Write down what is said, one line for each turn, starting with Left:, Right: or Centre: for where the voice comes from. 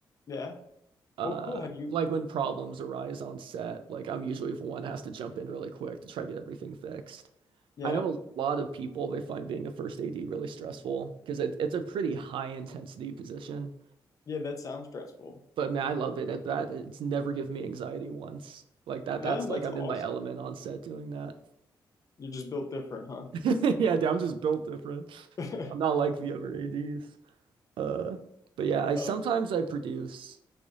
Left: Yeah.
Right: Uh,
Left: Well, cool. Have you?
Right: like when problems arise on set, like I'm usually the one that has to jump in really quick to try to get everything fixed.
Left: Yeah,
Right: I know a lot of people they find being a first AD really stressful because it, it's a pretty high intensity position.
Left: yeah. That sounds stressful.
Right: But man, I love it at that. It's never given me anxiety once. Like that,
Left: No,
Right: that's like
Left: that's
Right: I'm
Left: awesome.
Right: in my element on set doing that.
Left: You're just built different, huh?
Right: <laughs> Yeah, dude, I'm just built different.
Left: <laughs>
Right: I'm not like the other ADs. Uh, but yeah, I sometimes
Left: Um,
Right: I produce.